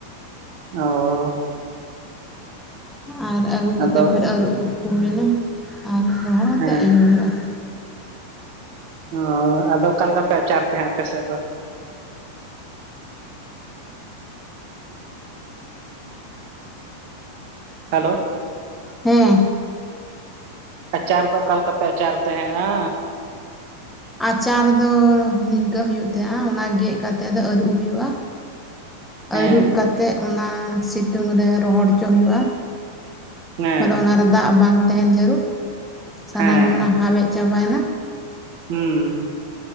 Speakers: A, on the right (about 45°); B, in the centre.
A: ᱚ
B: ᱟᱨ ᱟᱹᱜᱩ ᱠᱟᱛᱮᱫ
A: ᱟᱫᱚ
B: ᱯᱷᱮᱨ ᱟᱹᱨᱩᱵ ᱠᱚ ᱦᱩᱭᱱᱟ ᱟᱨ ᱨᱚᱦᱚᱲ
A: ᱦᱮᱸ
B: ᱠᱟᱛᱮᱫ ᱤᱭᱟᱹ ᱦᱩᱭᱩᱜᱼᱟ᱾
A: ᱚ ᱟᱫᱚ ᱚᱠᱟᱞᱮᱠᱟ ᱯᱮ ᱟᱪᱟᱨ ᱛᱟᱦᱮᱸᱫ ᱟᱯᱮ ᱥᱮᱫ ᱫᱚ ᱦᱮᱞᱳ
B: ᱦᱮᱸ
A: ᱟᱪᱟᱨ ᱫᱚ ᱚᱠᱟ ᱞᱮᱠᱟ ᱯᱮ ᱟᱪᱟᱨ ᱛᱟᱦᱮᱸᱜ-ᱟ
B: ᱟᱪᱟᱨ ᱫᱚ ᱱᱤᱝᱠᱟᱹ ᱦᱩᱭᱩᱜ ᱛᱟᱦᱮᱸᱜ - ᱟ ᱚᱱᱟ ᱜᱮᱫ ᱠᱟᱛᱮᱜ ᱫᱚ ᱟᱹᱨᱩᱵ ᱦᱩᱭᱩᱜᱼᱟ
A: ᱦᱮᱸ
B: ᱟᱹᱨᱩᱵ ᱠᱟᱛᱮᱫ ᱚᱱᱟ ᱥᱤᱛᱩᱝ ᱨᱮ ᱨᱚᱦᱚᱲ ᱦᱚᱪᱚ ᱦᱩᱭᱩᱜᱼᱟ᱾
A: ᱦᱮᱸ
B: ᱵᱚᱞᱮ ᱚᱱᱟᱨᱮ ᱫᱟᱜ ᱵᱟᱝ ᱛᱟᱦᱮᱱ ᱡᱟᱹᱨᱩᱲ ᱥᱟᱱᱟᱢᱟᱜ
A: ᱦᱮᱸ
B: ᱚᱱᱟ ᱦᱟᱣᱮᱫ ᱪᱟᱵᱟᱭᱮᱱᱟ
A: ᱦᱩᱸ